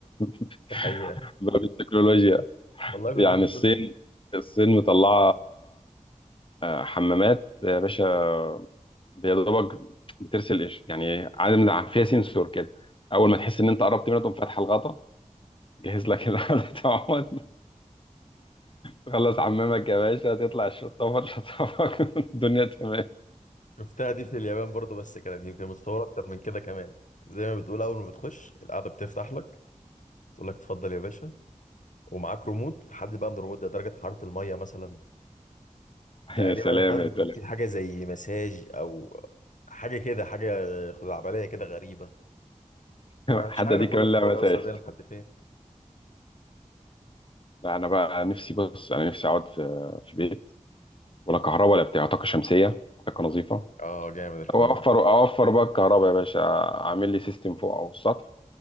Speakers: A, on the left; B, on the left.
A: <laughs>
B: دي حقيقه
A: بقى بالتكنولوجيا
B: والله كنت
A: يعني
B: <laughs> بشوف-
A: الصين الصين مطلعة آه، حمامات يا باشا يا دوبك بترسل إش- يعني عالم فيها سنسور كده اول
B: آه.
A: ما تحس ان انت قربت منها تقوم فاتحه الغطا جهز لك الغطا <laughs> تخلص عمامك يا باشا تطلع الشطافة تشطفك <laughs> الدنيا تمام
B: شفتها دي في اليابان برضه بس كانت يمكن متطوره اكتر من كده كمان زي ما بتقول اول ما بتخش القعده بتفتح لك تقول لك اتفضل يا باشا ومعاك ريموت حد بقى من الريموت ده درجه حراره الميه مثلا تقريبا
A: يا سلام
B: النهارده
A: يا سلام
B: كان في <laughs> حاجه زي مساج او حاجه كده حاجه خزعبليه كده غريبه انا
A: حتى
B: مش عارف
A: دي كمان
B: والله الفطار
A: لا مساج
B: هيوصل بينا لحد فين
A: لا انا بقى نفسي بص انا نفسي اقعد في في بيت ولا كهرباء ولا بتاع طاقة شمسية طاقة نظيفة
B: اه جامد الحوار
A: او اوفر
B: ده
A: اوفر بقى الكهرباء يا باشا اعمل لي سيستم فوق او السطح